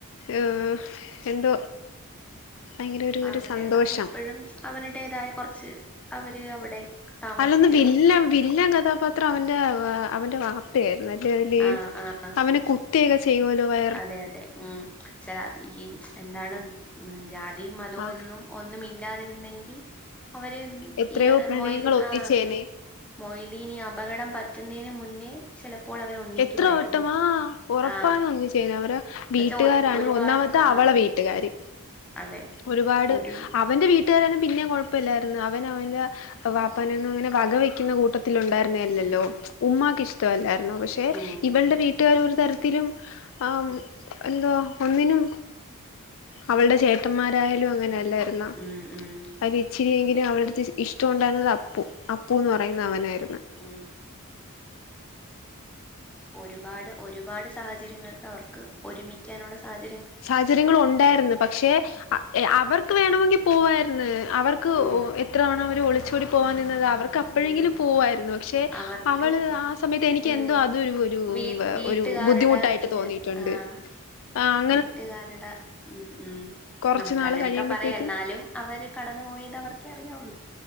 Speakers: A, on the left; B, in the centre.
A: ഏഹ് എന്തോ ഭയങ്കര ഒരു ഒരു
B: അവര്
A: സന്തോഷം.
B: അവരിപ്പഴും അവരുടേതായ കുറച്ച് അവര് അവിടെ, താമസിച്ച
A: അല്ലന്ന് വില്ല വില്ലൻ കഥാപാത്രം അവന്റെ അവന്റെ വാ <unintelligible> അല്ലെ.
B: ആഹ് ആഹ്
A: അവനെ കുത്തേക്കെ ചെയ് <unintelligible>
B: അതെ അതെ ഉം ചില ഈ എന്താണ് ഉ ജാതി മതവും
A: ആ
B: എന്നും, ഒന്നു മില്ലാതിരുന്നെങ്കിൽ അവര് എന്ത്‌
A: എത്രയോ
B: ഈ
A: പ്രണയങ്ങൾ
B: മൊയ്തി
A: ഒന്നിച്ചേനെ
B: ആ. മൊയ്തീനി അപകടം പറ്റുന്നേന് മുന്നേ. ചിലപ്പോൾ അവര് ഒന്നിക്കുമായിരുന്നു.
A: എത്ര വട്ടമാ ഉറപ്പാണ്
B: ആഹ്
A: ഒന്നിച്ചേര അവര
B: എന്നുവെച്ചാ
A: വീട്ടുകാരാണ്
B: ഒ ഒരുപാട്
A: ഒന്നാമത്. താ
B: ആഹ്
A: അവളെ വീട്ടുകാര്
B: അതെ
A: ഒരുപാട് അപ്
B: ഒരു
A: അവന്റെ വീട്ടുകാര് ആരും പിന്നെ കുഴപ്പമില്ലായിരുന്നു. അവൻ അവന്റെ വാപ്പനൊന്നും അങ്ങനെ വക വെക്കുന്ന കൂട്ടത്തി ത്തിലുണ്ടായിരുന്ന അല്ലല്ലോ.
B: ഉം
A: ഉമ്മാക്ക് ഇഷ്ടമല്ലായിരുന്നോ പക്ഷെ
B: ഉം
A: ഇവളുടെ വീട്ടി വീട്ടുകാരൊരു തരത്തിലും ആം എന്തോ ഒന്നിനും, അവൾടെ ചേട്ടന്മാരായാലും അങ്ങനെ അല്ലായിരൂന്നോ.
B: ഉം ഉം.
A: അതിൽ ഇച്ചിരിയെങ്കിലും അവൾടടുത്ത് ഇഷ്ടം ഉണ്ടായിരുന്നത് അപ്പു. അപ്പൂന്ന് പറയുന്ന അവനായിരുന്നു.
B: ഉം. ഒരുപാട് ഒരുപാട് സാഹചര്യങ്ങൾക്ക് അവർക്ക് ഒരുമിക്കാനുള്ള സാഹചര്യങ്ങ
A: സാഹചര്യങ്ങൾ ഒണ്ടായിരുന്നു, പക്ഷെ അവർക്ക് വേണമെങ്കിൽ പോവായിരുന്നു. അവർ ക്ക്‌
B: ഉം
A: എത്ര തവണ അവർ ഒളിച്ചോടി പോവാൻ നിന്നതാ. അവർക്ക് എപ്പോഴെങ്കിലും
B: ഉം
A: പോവായിരുന്നു. പക്ഷെ
B: അവർക്ക്
A: അവള് ആ സമയത്ത്, എനിക്ക്
B: ഉം
A: എന്തോ അതൊ ഒരു ഒരു
B: വീ
A: വ
B: വീട്ടുകാരുടെ
A: ഒരു ബുദ്ധിമുട്ടായിട്ട്
B: ഈ
A: തോന്നിയിട്ടുണ്ട്.
B: ആഹ്
A: ആ പ്
B: വീട്ടുകാരുടെ ഉം ഉം
A: കൊറച്ചു
B: നമുക്ക്
A: നാള്
B: അങ്ങനെയൊക്കെ
A: കഴിയുമ്പോഴത്തേക്കും
B: പറയാ. എന്നാലും, അവര് കടന്നു പോയത് അവർക്കെ അറിയാവുള്ളൂ.